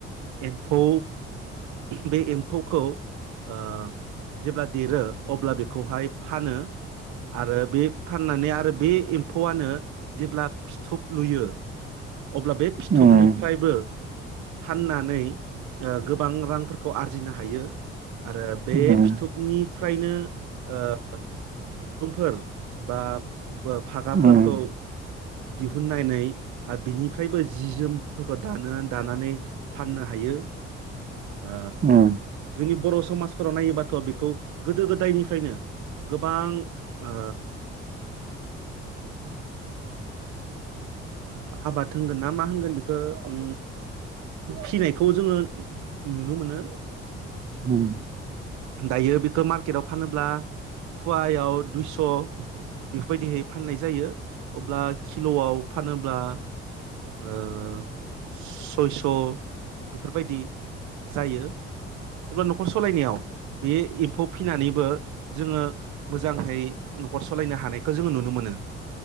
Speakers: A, on the right; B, on the right.
A: एम्फौ बे एम्फौखौ ओ जेब्ला देरो अब्ला बेखौहाय फानो आरो बे फाननानै आरो बे एम्फौआनो जेब्ला फिथुब लुयो अब्ला बे फिथोबनिफ्रायबो
B: उम
A: फाननानै ओ गोबां रां आरजिनो हायो आरो बे
B: उम
A: फिथोबनि फ्रायनो ओ <inaudible> सुबुंफोर बा बो फागाफोरखौ
B: उम
A: दिहुननानै आरो बिनिफ्रायबो जि जोमफोरखौ दानो दानानै फाननो हायो। ओ
B: उम
A: जोंनि बर' समाजफोराव नायोबाथ' बेखौ गोदो गोदायनिफ्रायनो गोबां ओ आबाद होनगोन ना मा होनगोन बेखो ओ फिनायखौ जोङो नुनो मोनो
B: उम
A: दायो बेखो मार्केटआव फानोब्ला फुवायाव दुइस' बेफोरबायदिहै फाननाय जायो अब्ला किल'आव फानोब्ला ओ सयस' बेफोरबायदि जायो अब्ला न'खर सलायनायाव बे एम्फौ फिनानैबो जोङो मोजांहै न'खर सालायनो हानायखो जोङो नुनो मोनो